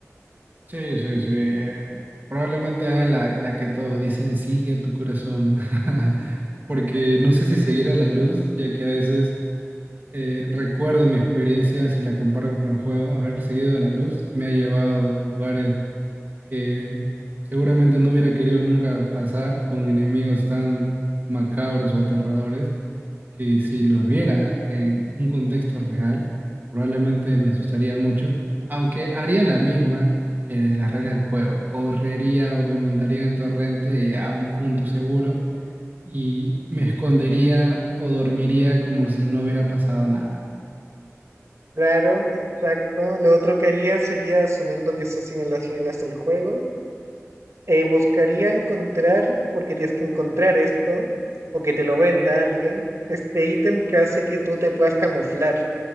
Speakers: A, on the right; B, on the right.
A: Sí, sí, sí. eh, probablemente haga la, la que todos dicen, sigue a tu corazón. <laughs> Porque no sé si seguir a la luz, ya que a veces eh, recuerdo mi experiencia, si la comparo con el juego, haber seguido a la luz me ha llevado a lugares que seguramente no hubiera querido nunca pasar con enemigos tan macabros o aterradores que si los viera en un contexto real, probablemente me asustaría mucho, aunque haría la misma que las reglas del juego, correría o me montaría en torrente a un punto seguro y me escondería o dormiría como si no hubiera pasado nada.
B: Claro, exacto. Lo otro que haría sería, asumiendo que se siguen las reglas del juego, eh, buscaría encontrar, porque tienes que encontrar esto, o que te lo venda alguien, este ítem que hace que tú te puedas camuflar.